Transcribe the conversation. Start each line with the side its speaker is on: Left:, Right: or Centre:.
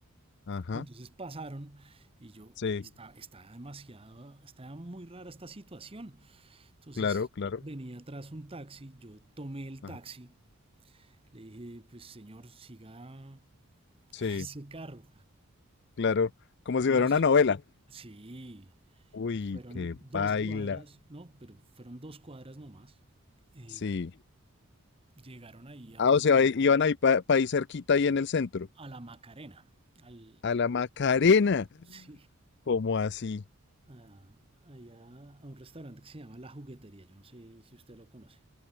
Left: ajá.
Right: Pero entonces pasaron y yo,
Left: Sí,
Right: está, está demasiado, está muy rara esta situación. Entonces
Left: claro, claro.
Right: venía atrás un taxi, yo tomé el
Left: Ajá.
Right: taxi, le dije, pues señor, siga
Left: Sí,
Right: <laughs> ese carro.
Left: claro. Como
Right: Dos,
Left: si fuera una novela.
Right: sí,
Left: Uy,
Right: y fueron
Left: qué
Right: dos
Left: baila.
Right: cuadras, no, pero fueron dos cuadras nomás. Eh,
Left: Sí.
Right: llegaron ahí a,
Left: Ah,
Right: un,
Left: o sea, i- iban ahí para ahí cerquita, ahí en el centro.
Right: a la Macarena, al,
Left: A la Macarena.
Right: <laughs> sí,
Left: ¿Cómo así?
Right: a, allá a un restaurante que se llama La Juguetería. Yo no sé si usted lo conoce.